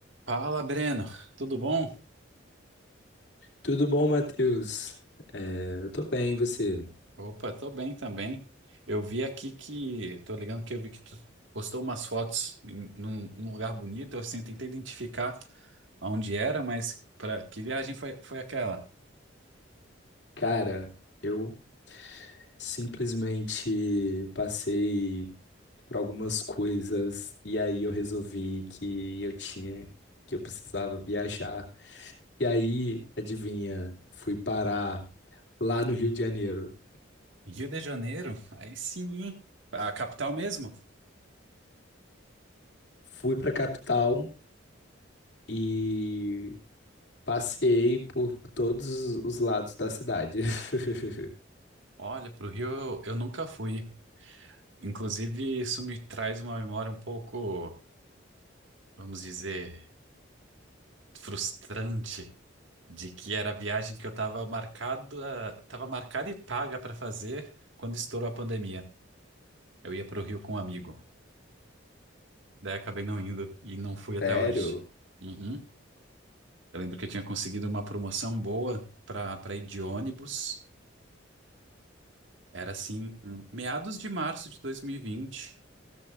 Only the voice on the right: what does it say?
Fala, Breno, tudo bom?
Opa, tô bem também. Eu vi aqui que, tô ligando que eu vi que tu postou umas fotos em, num, num lugar bonito, eu assim, tentei identificar aonde era, mas para que viagem foi, foi aquela?
Rio de Janeiro? Aí sim, hein? a capital mesmo?
Olha, pro Rio eu, eu nunca fui. Inclusive, isso me traz uma memória um pouco, vamos dizer, frustrante. de que era a viagem que eu estava marcado, estava marcada e paga para fazer quando estourou a pandemia. Eu ia para o Rio com um amigo. Daí acabei não indo e não fui até
hoje. Uhum. Eu lembro que eu tinha conseguido uma promoção boa para para ir de ônibus. Era assim, hum, meados de março de 2020.